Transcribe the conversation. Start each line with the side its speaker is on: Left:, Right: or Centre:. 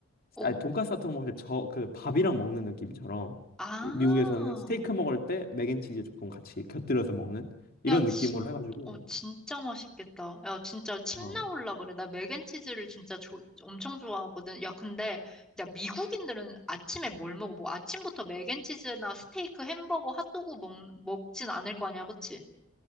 Centre: 어.
Left: 아니 돈까스 같은 거 먹을 때 저 그 밥이랑 먹는 느낌처럼
Centre: 아,
Left: 미국에서는 스테이크 먹을 때 맥앤치즈 조금 같이 곁들여서 먹는 이런
Centre: 야, 진,
Left: 느낌으로 해가지고
Centre: 어, 진짜 맛있겠다. 야, 진짜 침
Left: 어
Centre: 나올라 그래. 나 맥앤치즈를 진짜 조, 엄청 좋아하거든. 야, 근데, 야, 미국인들은 아침에 뭘 먹어? 뭐, 아침부터 맥앤치즈나 스테이크, 햄버거, 핫도그 먹, 먹진 않을 거 아니야, 그치?